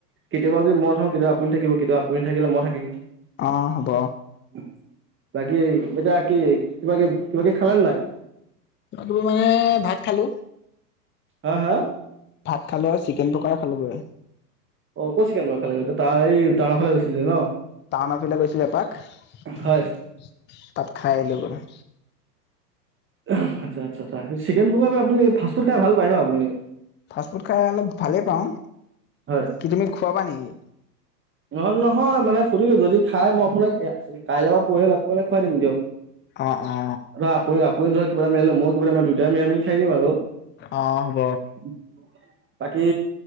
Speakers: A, on the right; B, on the left.
A: কেতিয়াবা যদি মই থাকো কতিয়াবা আপুনি থাকিব কেতিয়া আপুনি নাথাকিলে মই থাকিম।
B: অঁ হ'ব।
A: উমহ, বাকী এতিয়া কি কিবা-কিব কিবা-কিবি খালে নে নাই?
B: <unintelligible> মানে ভাত খালোঁ।
A: হা হা।
B: ভাত খালো আৰু চিকেন পকঢ়া খালোগৈ।
A: অ ক'ত চিকেন পকঢ়া খালেগে টাও এই টাউনৰফালে গৈছিলি যে ন।
B: টাউনৰ ফালে গৈছিলো এপাক তাত
A: হয়
B: খাই আহিলো গৈ।
A: এ হুম্ আচ্ছা আচ্ছা, তাকে চিকেন পকঢ়া মানে আপুনি ফাষ্টফুড খাই ভাল পায় ন আপুনি।
B: ফাষ্টফুড খাই অলপ ভালেই পাওঁ
A: হয়
B: কি তুমি খোৱাবা নেকি?
A: নহয় নহয় মানে সুধিলো যদি খায় মই আপোনাক কাইলৈ পৰহিলৈ লগ পালে খোৱাই দিম দিয়ক।
B: অ অ।
A: আৰু আপু আপুনি ধৰক কিবা এটা মিলালে মইয়ো কিবা এটা মিলাই দুইটাই মিলাইমিলি খাই দিম আৰু
B: অ হ'ব।
A: উমহ বাকী